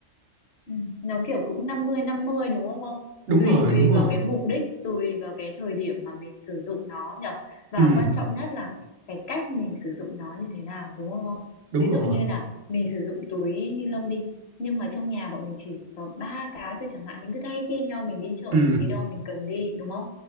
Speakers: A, on the left; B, on the right.
A: Ừ. Nó kiểu cũng năm mươi năm mươi đúng không ông?
B: đúng
A: Tùy
B: rồi
A: tùy
B: đúng
A: vào
B: rồi
A: cái mục đích, tùy vào cái thời điểm mà mình sử dụng nó nhở. Và
B: ừ
A: quan trọng nhất là cái cách mình sử dụng nó như thế nào đúng không? ông?
B: đúng
A: Ví
B: rồi
A: dụ như là mình sử dụng túi ni lông đi, nhưng mà trong nhà bọn mình chỉ có ba cái thôi chẳng hạn mình cứ thay phiên nhau mình đi chợ,
B: ừ
A: mình đi đâu mình cầm đi đúng không?